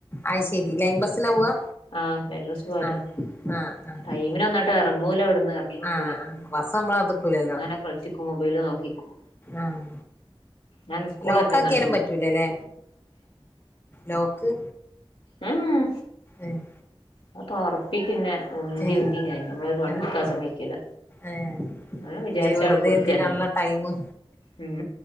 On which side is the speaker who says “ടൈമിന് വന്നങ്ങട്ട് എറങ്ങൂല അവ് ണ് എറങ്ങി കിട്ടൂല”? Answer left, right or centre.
Left